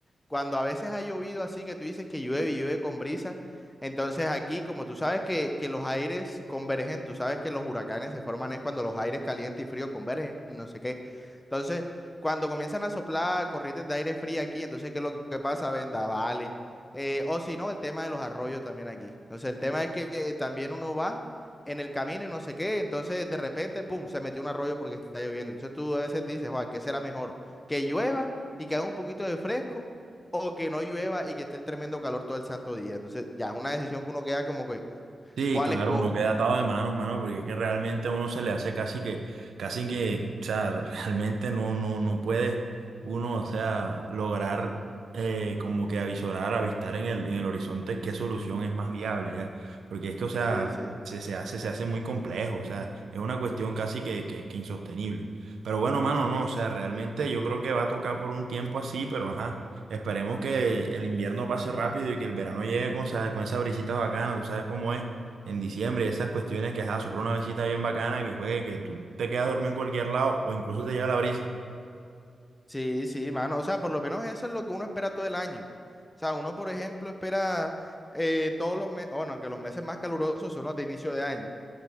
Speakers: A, on the left; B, on the right.
A: cuando a veces ha llovido así que tú dices que llueve y llueve con brisa, entonces aquí, como tú sabes que, que los aires convergen, tú sabes que los huracanes se forman es cuando los aires caliente y frío convergen, no sé qué. Entonces, cuando comienzan a soplar corrientes de aire frío aquí, entonces, ¿qué es lo que pasa? Vendavales. Eh, o si no, el tema de los arroyos también aquí. Entonces, el tema es que eh, también uno va en el camino y no sé qué, entonces de repente, pum, se metió un arroyo porque está lloviendo. Entonces tú a veces dices, Juan, ¿qué será mejor? ¿Que llueva y que haga un poquito de fresco? o que no llueva y que esté el tremendo calor todo el santo día. Entonces, ya es una decisión que uno queda como que,
B: Sí,
A: ¿cuál
B: claro,
A: escojo?
B: uno queda atado de manos, mano, porque es que realmente a uno se le hace casi que, casi que, o sea, <laughs> realmente no, no, no puede uno, o sea, lograr eh, como que avisorar, avistar en el, en el horizonte qué solución es más viable, ya. Porque es que, o sea,
A: Sí, sí.
B: se, se hace, se hace muy complejo, o sea, es una cuestión casi que, que, que insostenible. Pero bueno, mano, no, o sea, realmente yo creo que va a tocar por un tiempo así, pero ajá. Esperemos que el invierno pase rápido y que el verano llegue con, esa- con esas brisitas bacanas, tú sabes cómo es en diciembre, esas cuestiones que, ajá, sopla una visita bien bacana, que juegue, que tú te quedas dormido en cualquier lado o incluso te lleva la brisa.
A: Sí, sí, mano. O sea, por lo menos eso es lo que uno espera todo el año. O sea, uno, por ejemplo, espera eh, todos los meses, bueno, que los meses más calurosos son los de inicio de año,